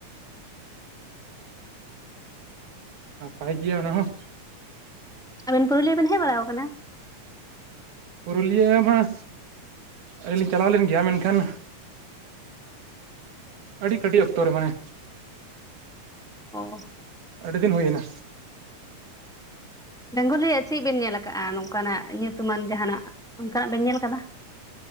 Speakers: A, on the right; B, in the centre.
A: ᱱᱟᱯᱟᱭ ᱜᱤᱭᱟ ᱚᱱᱟ ᱦᱚᱸ᱾
B: ᱟᱵᱤᱱ ᱯᱩᱨᱩᱞᱤᱭᱟᱹ ᱵᱮᱱ ᱦᱮᱸᱡ ᱵᱟᱲᱟᱣ ᱟᱠᱟᱱᱟ?
A: ᱯᱩᱨᱩᱞᱤᱭᱟᱹ ᱵᱟᱝᱟ ᱟᱹᱞᱤᱧ ᱞᱤᱧ ᱪᱟᱞᱟᱣ ᱞᱮᱱ ᱜᱮᱭᱟ ᱢᱮᱱᱠᱷᱟᱱ ᱟᱹᱰᱤ ᱠᱟᱹᱴᱤᱡ ᱚᱠᱛᱚ ᱨᱮ ᱢᱟᱱᱮ
B: ᱚ
A: ᱟᱹᱰᱤ ᱫᱤᱱ ᱦᱩᱭᱮᱱᱟ᱾
B: ᱰᱝᱜᱩᱞᱤᱭᱟᱜ ᱪᱮᱫ ᱵᱤᱱ ᱧᱮᱞ ᱟᱠᱟᱜᱼᱟ ᱱᱚᱝᱠᱟᱱᱟᱜ ᱧᱩᱛᱩᱢᱟᱱ ᱡᱟᱦᱟᱱᱟᱜ ᱚᱱᱠᱟᱱᱟᱜ ᱵᱮᱱ ᱧᱮᱞ ᱟᱠᱟᱫᱟ?